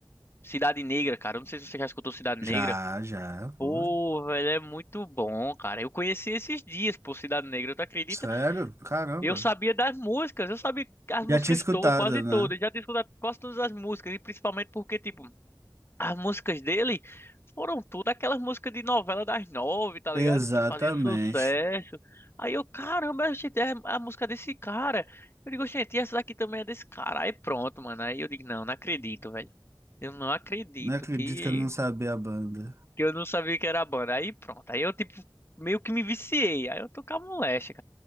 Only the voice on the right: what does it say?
Já,
já,
pô.
Sério? Caramba.
Já tinha escutado,
né?
Exatamente.
Não acredito
que eu não sabia a banda.